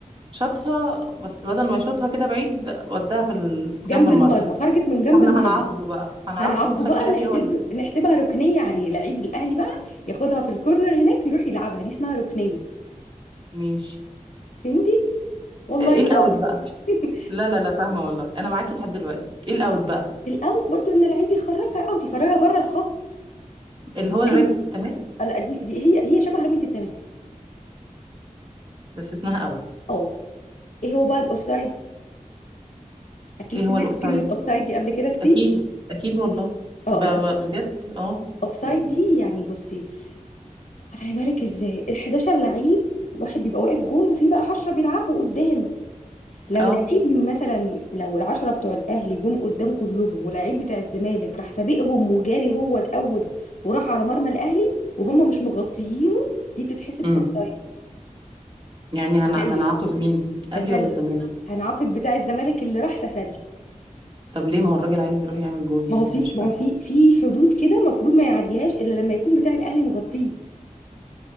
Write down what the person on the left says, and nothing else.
جنب
المرمى خرجت من جنب
المرمى
هنعاقبه
بقى
نحسب
له
نحسبها ركنيه عليه لعيب الاهلي بقى ياخدها في الكورنر هناك يروح يلعبها دي اسمها ركنيه
فهمتي والله
دي
<laughs>
الاوت برضو ان اللعيب يخرجها اوت يخرجها بره الخط
اي
آه، لا دي, دي هي هي شبه رميه التماس
اه ايه هو بقى الاوفسايد اكيد
سمعتي
كلمه اوفسايد دي قبل كده كتير
اه
الاوفسايد
دي يعني بصي هفهمها لك ازاي ال11 لعيب واحد بيبقى واقف جون وفي بقى 10 بيلعبوا قدام لو
لعيب مثلا لو العشرة بتوع الاهلي جم قدام كلهم ولعيب بتاع الزمالك راح سابقهم وجاري هو الاول وراح على مرمى الاهلي وهم مش مغطيينه دي بتتحسب
اوفسايد
تسلل
تسلل
هنعاقب بتاع الزمالك اللي راح تسلل
ما هو
في
ما
هو في في حدود كده المفروض ما يعديهاش الا لما يكون بتاع الاهلي مغطيه